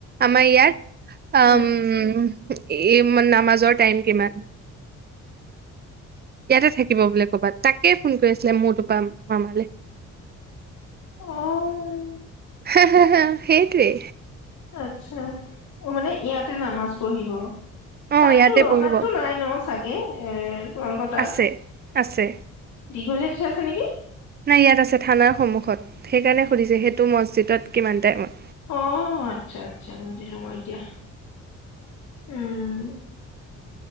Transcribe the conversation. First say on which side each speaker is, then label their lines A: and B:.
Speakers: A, on the right; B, on the left.
A: আমাৰ ইয়াত উম
B: অ
A: এই নামাজৰ টাইম কিমান ইয়াতে থাকিব বোলে ক'ৰবাত তাকেই ফোন কৰি আছিলে মোৰটোৰ পৰা মামালে
B: আহ
A: হ হা হা সেই তো য়ে
B: আচ্ছা মানে ইয়াত তা নামাজ পঢ়িব
A: অ
B: তাত
A: ইয়াতে
B: ৰহাতটো
A: পঢ়িব
B: নাই ন চাগে এৰ কলকতাত
A: আছে আছে
B: দীঘলীৰ আছে নেকি
A: নাই ইয়াত আছে থানাৰ সন্মূখত সেইকাৰণে সুধিছে সেইটো মছজিদত কিমান টাইমত
B: আহ আচ্ছা আচ্ছা বুজিলো মই এতিয়া উম